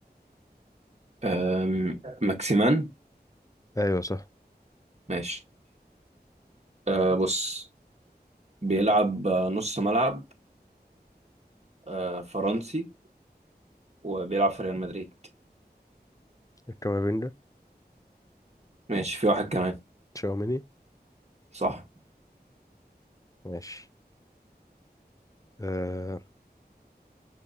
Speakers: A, on the right; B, on the left.
A: آم، ماكسيمان
B: ايوه صح
A: ماشي آه بص بيلعب آه، نص ملعب آه فرنسي وبيلعب في ريال مدريد
B: الكامافينجا
A: ماشي في واحد كمان
B: تشاوميني
A: صح
B: ماشي آه